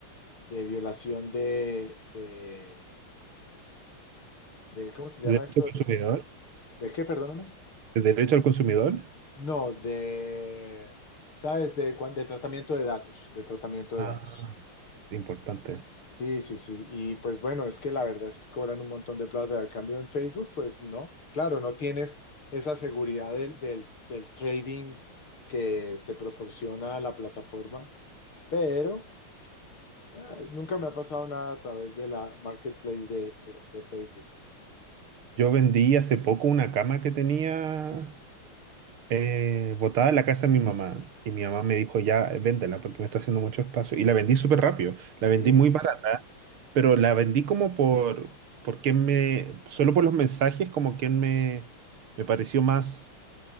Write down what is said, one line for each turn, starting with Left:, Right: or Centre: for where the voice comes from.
Left: de violación de, de, de- ¿cómo se llama
Right: ¿de derecho
Left: esto?
Right: al consumidor?
Left: ¿De qué, perdóname?
Right: ¿De derecho al consumidor?
Left: No, de, ¿sabes? De, cuan- de tratamiento de datos, de tratamiento de
Right: Ah,
Left: datos.
Right: importante.
Left: Sí, sí, sí. Y pues bueno, es que la verdad es que cobran un montón de plata. Al cambio en Facebook, pues no. Claro, no tienes esa seguridad del, del, del trading que te proporciona la plataforma, pero... Ah, nunca me ha pasado nada a través de la marketplace de, de- de Facebook.
Right: Yo vendí hace poco una cama que tenía eh, botada en la casa de mi mamá y mi mamá me dijo, ya, eh, véndela porque me está haciendo mucho espacio. Y la vendí súper rápido, la
Left: Sí,
Right: vendí muy barata, pero la vendí como por, por quien me, solo por los mensajes, como quien me, me pareció más